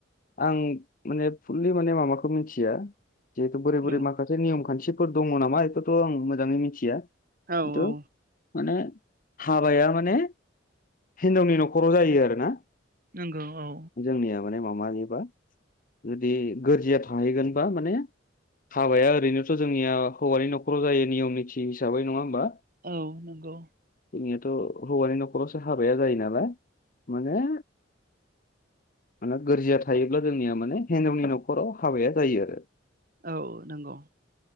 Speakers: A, on the left; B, on the right.
A: आं माने फुललि माने माबाखौ मिथिया जे बोरै बोरै
B: औ
A: माखासे नियम खान्थिफोर दङ नामा बेखौथ आं मोजाङै मिथिया
B: औ
A: खिन्थु
B: औ।
A: माने हाबाया माने हिनजावनि नखराव जायो आरोना।
B: नंगौ औ।
A: जोंनिया माने माबानिबा जुदि गोरजिया थाहैगोनबा माने हाबाया ओरैनोथ' जोंनिया हौवानि न'खराव जायो नियम निथि हिसाबै नङा होमबा
B: औ नंगौ।
A: जोंनियाथ' हौवानि न'खरावसो हाबाया जायो नालाय माने माने गोरजिया थायोब्ला जोंनिया माने हिन्जावनि न'खराव हाबाया जायो आरो।
B: औ नंगौ।